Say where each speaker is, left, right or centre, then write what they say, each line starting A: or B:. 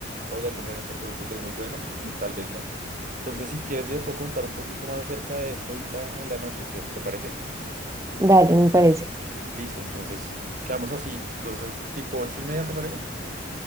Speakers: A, on the right; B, on the right.
A: oiga, compren este producto que es muy bueno, mm, tal vez no. Entonces, si quieres, te puedo contar un poquito más acerca de esto ahorita en la noche, ¿te, te parece?
B: Dale, me parece.
A: Listo, entonces quedamos así. Entonces, tipo ocho y media, ¿te parece?